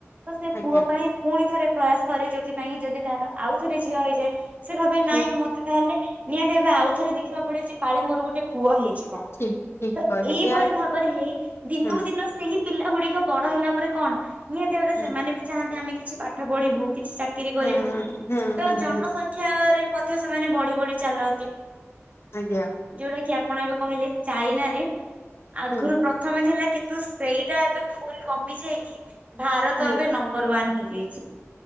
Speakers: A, on the right; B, on the left.
A: ତ ସେ
B: ଆଜ୍ଞା
A: ପୁଅ ପାଇଁ ଫୁଣି ଥରେ ପ୍ରୟାସ କରେ ଯୋଉଥି ପାଇଁ ଯଦି ତାର ଆଉ ଥରେ ଝିଅ ହେଇଯାଏ ସେ ଭାବେ ନାଇଁ
B: ହୁଁ
A: ମତେ ତାହେଲେ ନିହାତି ଏବେ ଆଉଥରେ ଦେଖିବାକୁ ପଡବ ଯେ କାଳେ ମୋର ଗୋଟେ ପୁଅ ହେଇଯିବ
B: ଠିକ ଠିକ
A: ତ
B: କହିଲେ
A: ଏଇଭଳି
B: ୟାର
A: ଭାବରେ ହେଇ ଦିନକୁ
B: ହୁଁ
A: ଦିନ ସେହି ପିଲା ଗୁଡିକ ବଡ ହେଲା ପରେ କଣ ନିହାତି ଭାବରେ
B: ହୁଁ
A: ସେମାନେ ବି ଚାହାନ୍ତି ଆମେ କିଛି ପାଠ ପଢିବୁ କିଛି ଚାକ୍ ଚାକିରୀ କରିବୁ
B: ହୁଁ ହୁଁ
A: ତ
B: ହୁଁ
A: ଜନସଂଖ୍ୟାରେ
B: ହୁଁ
A: ମଧ୍ୟ ସେମାନେ ବଢି ବଢି ଚାଲନ୍ତି।
B: ଆଜ୍ଞା
A: ଯୋଉଟା କିି ଆପଣ ଏବେ କହିଲେ ଚାଇନାରେ ଆଗୁରୁ
B: ହୁଁ
A: ପ୍ର ପ୍ରଥମେ ଥିଲା କିନ୍ତୁ ସେଇଟା ଏବେ ଫୁଲ୍ କମି ଯାଇକି ଭାରତ
B: ହୁଁ
A: ଏବେ ନମ୍ବର ୱାନ୍ ହେଇଯାଇଚି।